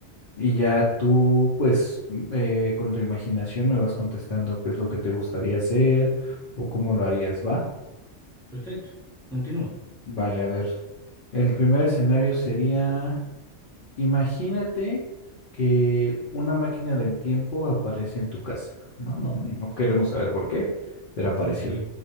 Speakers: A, on the left; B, in the centre.
A: y ya tú, pues, m- eh, con tu imaginación me vas contestando qué es lo que te gustaría hacer o cómo lo harías, ¿va?
B: Perfecto. Continúa.
A: Vale, a ver. El primer escenario sería, imagínate que una máquina del tiempo aparece en tu casa. No, no, no queremos saber por qué, pero apareció.
B: Ok,